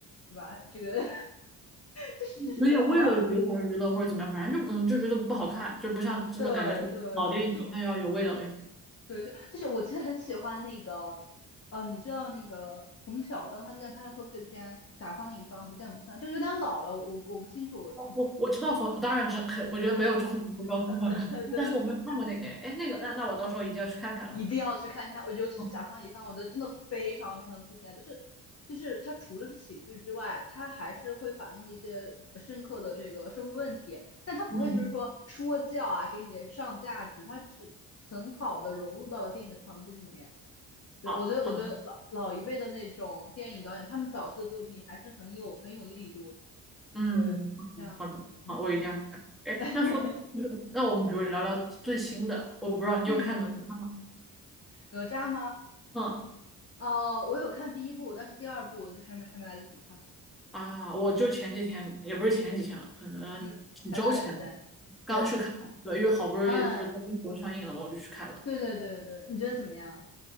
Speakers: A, on the left (about 35°); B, in the centre.
A: 对吧？这个 <laughs> 就是就是觉得，
B: 有点为了娱乐而娱乐或者怎么样，
A: 哦，
B: 反正就嗯就觉得不好看，就不像真的感觉就老电影真的要有味道一些。
A: 对对，就对，就就是我其实很喜欢那个，呃，你知道那个冯小刚他之前拍的贺岁片《甲方乙方不见不散》，这个有点老了，我我不清楚，
B: 哦，我我知道冯，当然知肯，我觉得没有中国不高分的，
A: 呃，<laughs> 对，
B: 但是我没有看过那个，哎，诶那个那那我到时候一定要去看看了。
A: 一定要去看一下，我尤其是《甲方乙方》，
B: 哦，
A: 我觉得真的非常非常经典，就是就是它除了是喜剧之外，它还是会反映了一些深刻的这个社会问题，但它不会就是说说教啊，
B: 嗯，
A: 给你上价值，它只很好的融入到了电影的场景里面。对，
B: 好。
A: 我觉得，
B: 好
A: 我觉得老老一辈的那种电影导演，他们早期的作品还是很有很有力度的。
B: 嗯，
A: 对，像，
B: 好的，
A: 嗯，
B: 好，我一定要去看。哎，
A: <laughs>
B: 那说，那我们比如聊聊最新的，我不知道你有看哪吒吗？
A: 嗯，哪吒吗？
B: 嗯，
A: 哦，我有看第一部，但是第二部我就还没还没来得及看。
B: 啊，我就前几天，也不是前几天了，可能几周前
A: 嗯，前段时间。对，
B: 刚去看了。对，因为好不容易不是在英国上映了嘛，
A: 嗯，
B: 我就去看了。
A: 对对对对，你觉得怎么样？